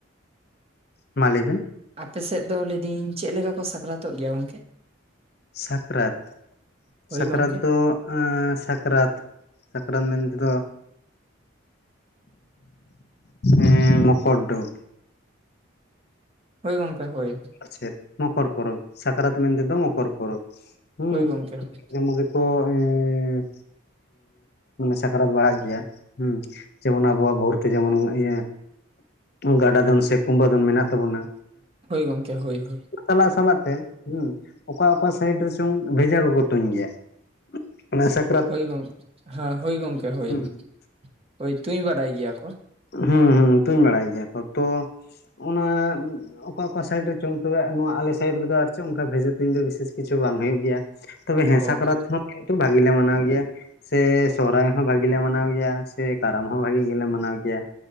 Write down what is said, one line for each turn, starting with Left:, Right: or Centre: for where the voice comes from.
Left: ᱢᱟ ᱞᱟᱹᱭ ᱵᱤᱱ ᱾
Right: ᱟᱯᱮ ᱥᱮᱫ ᱫᱚ ᱞᱟᱹᱭᱫᱟᱹᱞᱤᱧ ᱪᱮᱫ ᱞᱮᱠᱟ ᱠᱚ ᱥᱟᱠᱨᱟᱛᱚᱜ ᱜᱮᱭᱟ ᱜᱚᱢᱠᱮ?
Left: ᱥᱟᱠᱨᱟᱛ᱾
Right: ᱦᱳᱭ
Left: ᱥᱟᱠᱨᱟᱛ
Right: ᱜᱚᱝᱠᱮ
Left: ᱫᱚ ᱮᱸ ᱥᱟᱠᱨᱟᱛ ᱥᱟᱠᱨᱟᱛ ᱢᱮᱱᱛᱮ ᱫᱚᱼᱼ ᱮᱸᱻ ᱢᱚᱠᱚᱨ ᱰᱩᱵᱽ!
Right: ᱦᱳᱭ ᱜᱚᱢᱠᱮ ᱦᱳᱭ ᱾
Left: ᱪᱷᱮᱫ ᱢᱚᱠᱚᱨ ᱯᱚᱨᱚᱵᱽ ᱥᱟᱠᱨᱟᱛ ᱢᱮᱱ ᱛᱮ ᱫᱚ ᱢᱚᱠᱚᱨ ᱯᱚᱨᱚᱵᱽ ᱦᱮᱸᱡᱮᱢᱚᱱᱼᱼ
Right: ᱦᱳᱭ ᱜᱚᱝᱠᱮ ᱦᱳᱭ
Left: ᱚᱸ ᱧᱩᱸ ᱠᱚ ᱥᱟᱠᱨᱟᱛ ᱵᱟᱲᱟᱜ ᱜᱮᱭᱟ ᱦᱩᱸᱼᱼ ᱡᱮᱢᱚᱱ ᱟᱵᱚᱣᱟᱜ ᱵᱷᱳᱨᱛᱮ ᱡᱮᱢᱚᱱ ᱤᱭᱟᱹ ᱜᱟᱰᱟ ᱫᱚᱱ ᱥᱮ ᱠᱩᱢᱵᱟᱹ ᱫᱚᱱ ᱢᱮᱱᱟᱜ ᱛᱟᱵᱚᱱᱟᱼᱼ
Right: ᱦᱳᱭ ᱜᱚᱢᱠᱮ ᱦᱳᱭ ᱾
Left: ᱪᱟᱞᱟᱜ ᱥᱟᱞᱟᱜ ᱛᱮ ᱦᱮᱸ ᱚᱠᱟ ᱚᱠᱟ ᱥᱟᱭᱤᱰ ᱨᱮ ᱪᱚᱝ ᱵᱷᱮᱡᱟ ᱠᱚᱠᱚ ᱛᱩᱧ ᱜᱮᱭᱟ ᱾ ᱚᱱᱟ ᱥᱟᱠᱨᱟ
Right: ᱦᱳᱭ ᱜᱚᱢᱠᱮ ᱦᱮ ᱦᱳᱭ ᱜᱚᱢᱠᱮ ᱦᱳᱭ
Left: ᱦᱩᱸ
Right: ᱦᱳᱭ ᱛᱩᱧ ᱵᱟᱰᱟᱭ ᱜᱮᱭᱟ ᱠᱚᱼᱼ
Left: ᱦᱩᱸ ᱦᱩᱸ ᱛᱩᱧ ᱵᱟᱲᱟᱭ ᱜᱮᱭᱟ ᱠᱚ ᱛᱚ ᱚᱱᱟᱼᱼ ᱚᱠᱟ ᱚᱠᱟ ᱥᱟᱭᱤᱰ ᱨᱮ ᱪᱚᱝ ᱛᱚᱵᱮ ᱱᱚᱣᱟ ᱟᱞᱮ ᱥᱟᱭᱤᱰ ᱨᱮᱫᱚ ᱟᱨ ᱪᱮᱫ ᱚᱱᱠᱟ ᱵᱷᱮᱡᱟ ᱛᱩᱧ ᱫᱚ ᱵᱤᱥᱮᱥ ᱠᱤᱪᱷᱩ ᱵᱟᱝ ᱦᱩᱭᱩᱜ ᱜᱮᱭᱟ ᱾ ᱛᱚᱵᱮ ᱦᱮᱸ
Right: ᱚ
Left: ᱥᱟᱠᱨᱟᱛ ᱦᱚᱸ ᱠᱤᱱᱛᱩ ᱵᱷᱟᱜᱤ ᱞᱮ ᱢᱟᱱᱟᱣ ᱜᱮᱭᱟ ᱾ ᱥᱮ ᱥᱚᱨᱦᱟᱭ ᱦᱚᱸ ᱵᱷᱟᱜᱮᱞᱮ ᱢᱟᱱᱟᱣ ᱜᱮᱭᱟ ᱥᱮ ᱠᱟᱨᱟᱢ ᱦᱚᱸ ᱵᱷᱟᱜᱤ ᱜᱮᱞᱮ ᱢᱟᱱᱟᱣ ᱜᱮᱭᱟ ᱾ ᱜᱮᱭᱟ